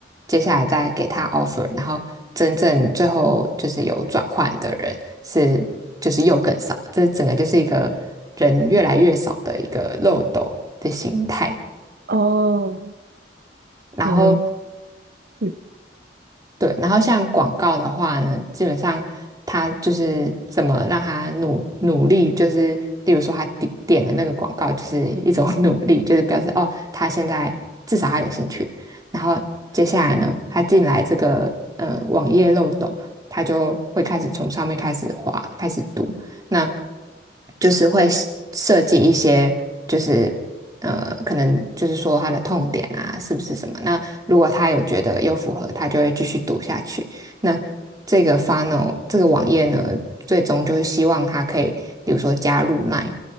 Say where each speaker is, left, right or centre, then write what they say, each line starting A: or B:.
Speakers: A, on the right; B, on the right.
A: 接下来再给他 offer，然后真正最后就是有转换的人是就是又更少，这整个就是一个人越来越少的一个漏斗的形态。
B: 哦，
A: 然后
B: 有诶嗯，
A: 对，然后像广告的话呢，基本上他就是怎么让他努努力，就是例如说他点点的那个广告就是一种 <laughs> 努力，就是表示哦，他现在至少他有兴趣。然后接下来呢，他进来这个呃网页漏洞，他就会开始从上面开始滑，开始读，那就是会设计一些。就是。呃，可能就是说他的痛点啊，是不是什么？那如果他有觉得又符合，他就会继续读下去。那这个 funnel 这个网页呢，最终就是希望他可以，比如说加入 Line，